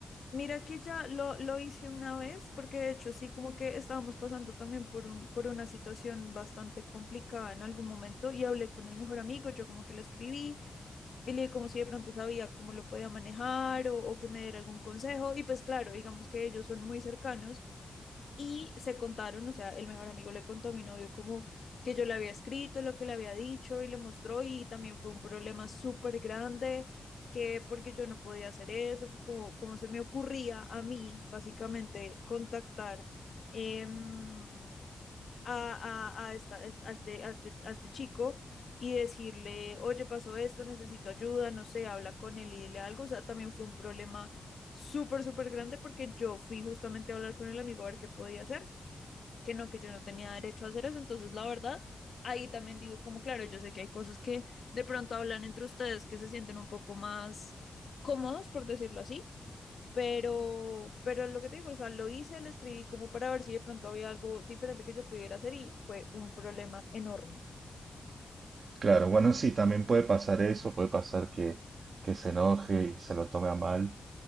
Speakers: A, on the left; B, on the right.
A: Mira que ya lo, lo hice una vez, porque de hecho sí, como que estábamos pasando también por un, por una situación bastante complicada en algún momento y hablé con el mejor amigo, yo como que le escribí y le dije como si de pronto sabía cómo lo podía manejar o, o que me diera algún consejo y pues claro, digamos que ellos son muy cercanos y se contaron, o sea, el mejor amigo le contó a mi novio como que yo le había escrito, lo que le había dicho y le mostró y también fue un problema súper grande, que porque yo no podía hacer eso, que como, como se me ocurría a mí, básicamente, contactar em, a, a, a, esta, a, este, a, este, a este chico y decirle, oye, pasó esto, necesito ayuda, no sé, habla con él y dile algo, o sea, también fue un problema súper, súper grande porque yo fui justamente a hablar con el amigo a ver qué podía hacer que no, que yo no tenía derecho a hacer eso. Entonces, la verdad, ahí también digo como, claro, yo sé que hay cosas que de pronto hablan entre ustedes que se sienten un poco más cómodos, por decirlo así, pero, pero lo que te digo, o sea, lo hice, lo escribí como para ver si de pronto había algo diferente que yo pudiera hacer y fue un problema enorme.
B: Claro, bueno, sí, también puede pasar eso, puede pasar que, que se enoje y se lo tome a mal,